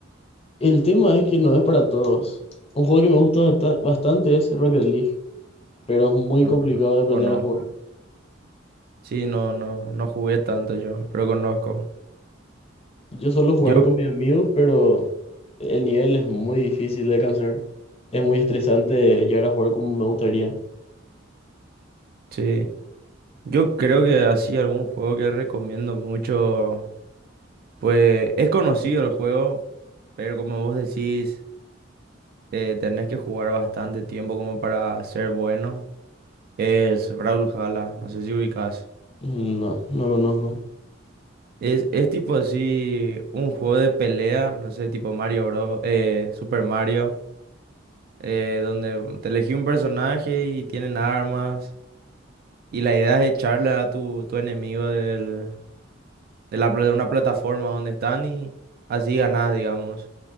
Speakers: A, on the left; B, on the right.
A: el tema es que no es para todos. Un juego que me gusta basta- bastante es Rocket League, pero es muy
B: Ajá,
A: complicado de aprender
B: Conozco.
A: a jugar.
B: Sí, no, no, no jugué tanto yo, pero conozco.
A: Yo suelo jugar
B: Yo,
A: con mis amigos, pero el nivel es muy difícil de alcanzar. Es muy estresante llegar a jugar como me gustaría.
B: sí, yo creo que así algún juego que recomiendo mucho, pues es conocido el juego, pero como vos decís... eh, tenés que jugar bastante tiempo como para ser bueno. Es Brawlhalla, no sé si ubicás.
A: No, no conozco.
B: Es, es tipo así un juego de pelea, no sé, tipo Mario Bros, eh, Super Mario, eh, donde te elegí un personaje y tienen armas. Y la idea es echarle a tu, tu enemigo del, de, la, pla- de una plataforma donde están y así ganás, digamos.